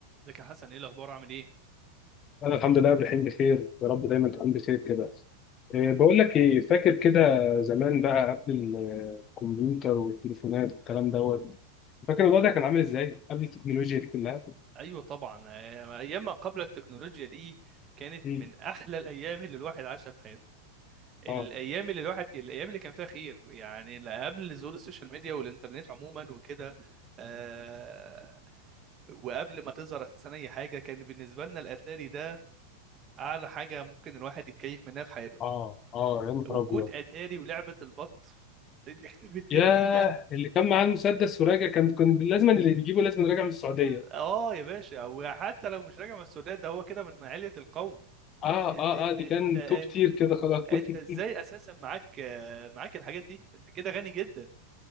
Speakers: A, on the right (about 30°); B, on the left (about 30°).
A: ازيك يا حسن ايه الاخبار عامل ايه
B: انا الحمد لله قبل الحين بخير يا رب دايما تكون بخير كده إيه، بقول لك ايه فاكر كده زمان بقى قبل ال- الكمبيوتر والتليفونات والكلام دوت فاكر الوضع كان عامل ازاي قبل التكنولوجيا دي كلها
A: ايوه طبعا آه، ايام ما قبل التكنولوجيا دي كانت
B: مم.
A: من احلى الايام اللي الواحد عاشها في حياته الايام
B: اه
A: اللي الواحد الايام اللي كان فيها خير يعني لا قبل ظهور السوشيال ميديا والانترنت عموما وكده آه وقبل ما تظهر اساسا اي حاجه كان بالنسبه لنا الاتاري ده اعلى حاجه ممكن الواحد يتكيف منها في حياته
B: اه اه يا نهار
A: وجود
B: ابيض
A: اتاري ولعبه البط دي تخرب الدنيا
B: ياه اللي كان معاه المسدس وراجع كان كان لازم اللي بيجيبه لازم راجع من السعوديه
A: <laughs> اه يا باشا وحتى لو مش راجع من السودان ده هو كده من علية القوم
B: اه
A: انت
B: اه
A: انت
B: اه دي
A: انت
B: كان
A: انت,
B: توب تير كده خلاص
A: انت
B: <laughs>
A: ازاي اساسا معاك آه، معاك الحاجات دي انت كده غني جدا